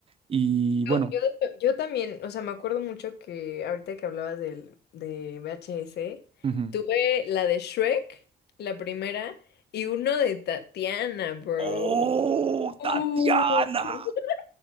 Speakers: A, on the right; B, on the left.
A: y bueno.
B: Yo, yo, de hecho- yo también, o sea, me acuerdo mucho que ahorita que hablabas del, de VHS,
A: ujú.
B: tuve la de Shrek, la primera, y uno de Tatiana, bro.
A: ¡Oh,
B: Uh.
A: Tatiana!
B: <laughs>